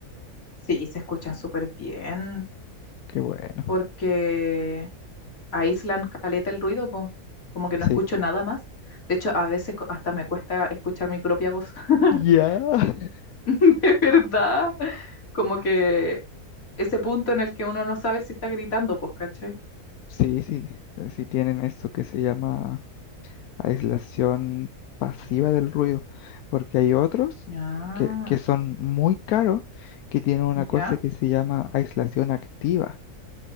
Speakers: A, on the left; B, on the left.
A: Sí, se escuchan súper bien,
B: Qué bueno.
A: porque aíslan caleta el ruido, po, como que no
B: Sí.
A: escucho nada más. De hecho, a veces co- hasta me cuesta escuchar mi propia voz, <laughs>
B: Ya. <laughs>
A: de verdad como que ese punto en el que uno no sabe si está gritando, pues, ¿cachai?
B: Sí, sí, eh, sí tienen eso que se llama aislación pasiva del ruido, porque hay otros
A: Ah,
B: que, que son muy caros, que tienen una cosa
A: ya,
B: que se llama aislación activa